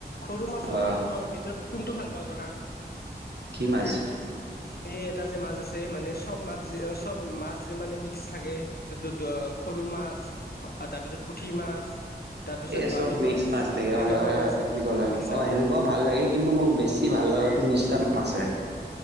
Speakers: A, on the left; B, on the right.
A: সৰু মাছৰ
B: অহ
A: ভিতৰত কোনটো ভাল পাওঁ জানা?
B: কি মাৰিছে?
A: সেই এটা যে মাছ আছে মানে চব মাছ যে চব মাছ যে মানে থাকে সৰু মাছ তাৰপিছত পুঠি মাছ। তাৰপিছত
B: এই
A: বামী
B: চব মিক্স মাছ থাকে
A: তেনেকুৱা
B: অ' হয়
A: মিক্স থাকে
B: কলা
A: মিক্সাৰ
B: অ' সেনেকুৱা ভাল লাগে কিন্তু মোক বেছি ভাল লগাটো নিচলাম মাছে।